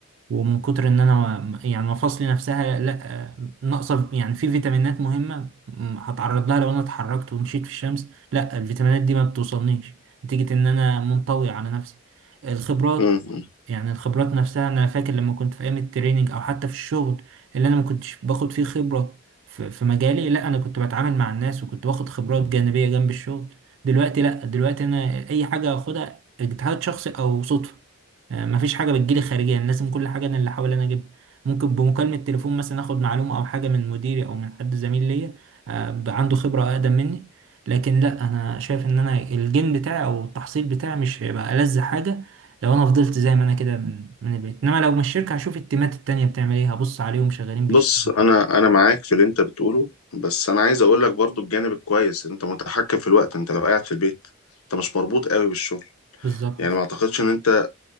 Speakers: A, on the right; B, on the left.
A: ومن كتر ان انا ما- يعني مفاصلي نفسها لا ناقصه يعني في فيتامينات مهمه م- هتعرض لها لو انا اتحركت ومشيت في الشمس لا الفيتامينات دي ما بتوصلنيش نتيجه ان انا منطوي على نفسي الخبرات
B: مم.
A: يعني الخبرات نفسها انا فاكر لما كنت في ايام التريننج او حتى في الشغل اللي انا ما كنتش باخد فيه خبره في في مجالي لا انا كنت بتعامل مع الناس وكنت باخد خبرات جانبيه جنب الشغل دلوقتي لا دلوقتي انا اي حاجه اخدها اجتهاد شخصي او صدفه آه، مفيش حاجه بتجيلي خارجيا لازم كل حاجه انا اللي احاول انا اجيبها ممكن بمكالمه تليفون مثلا اخد معلومه او حاجه من مديري او من حد زميل ليا آه، ب- عنده خبره اقدم مني لكن لا انا شايف ان انا الجين بتاعي او التحصيل بتاعي مش هيبقى ألذ حاجه لو انا فضلت زي ما انا كده من من البيت انما لو من الشركه هشوف التيمات التانيه بتعمل ايه هبص عليهم شغالين بيشتغلوا
B: بص
A: ازاي
B: انا انا معاك في اللي انت بتقوله بس انا عايز اقول لك برضو الجانب الكويس انت متحكم في الوقت انت لو قاعد في البيت انت مش مربوط قوي بالشغل
A: بالظبط
B: يعني ما اعتقدش ان انت